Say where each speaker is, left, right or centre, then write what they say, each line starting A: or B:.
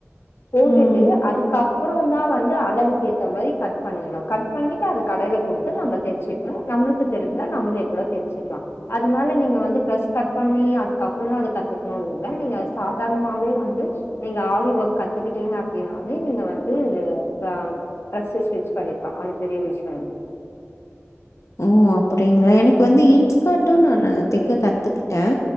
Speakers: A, on the left (about 55°); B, on the left (about 85°).
A: போட்டுட்டு
B: ம்.
A: அதுக்கப்றந்தா வந் அளவுக்கு கேத்த மாரி கட் பண்ணுங்க கட் பண்ணிட்டு அது கடையில குடுத்து நம்ப தெச்சுக்கணு நம்மளுக்கு தெரிஞ்சா நம்மளே கூட தெச்சிக்லா அதனால நீங்க வந்து டிரஸ் கட் பண்ணி அதுக்கப்றந்தா அத கத்துக்கணுன்னுல நீங்க சாதாரணமாவே வந்து நீங்க ஆரி ஒர்க் கத்துக்கிட்டீங்க அப்படினாலே நீங்க வந்து உங்க ட்ரெஸ் ஸ்டிச் பண்ணிக்கலாம் அது பெரிய விஷயம் இல்ல
B: ஓ அப்படிங்களா எனக்கு வந்து இன்ஸ்கட்டும் நானு தைக்க கத்துக்கிட்டே